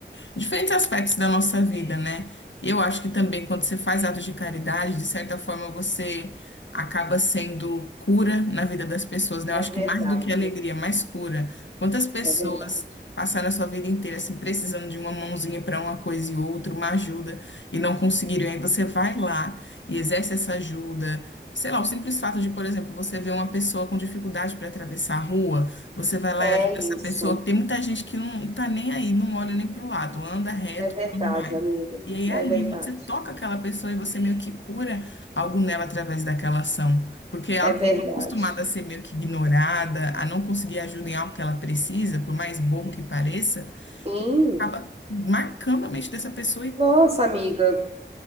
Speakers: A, on the left; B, on the right.
A: diferentes aspectos da nossa vida, né? E Eu acho que também quando você faz atos de caridade, de certa forma você acaba sendo cura na vida das pessoas, né?
B: É
A: Eu acho
B: verdade,
A: que mais do que alegria, mais cura. Quantas pessoas
B: é verdade.
A: passaram a sua vida inteira assim precisando de uma mãozinha para uma coisa e outra, uma ajuda e não conseguiram. Aí você vai lá e exerce essa ajuda. Sei lá, o simples fato de, por exemplo, você ver uma pessoa com dificuldade para atravessar a rua, você vai lá
B: É
A: e ajuda
B: isso.
A: essa pessoa, que tem muita gente que não tá nem aí, não olha nem para o lado, anda reto
B: É verdade,
A: por onde vai.
B: amiga.
A: E aí
B: É
A: ali
B: verdade.
A: você toca aquela pessoa e você meio que cura algo nela através daquela ação, porque ela
B: É verdade.
A: acostumada a ser meio que ignorada, a não conseguir ajuda em algo que ela precisa, por mais bobo que pareça,
B: Sim.
A: que acaba marcando a mente dessa pessoa e.
B: Nossa, amiga,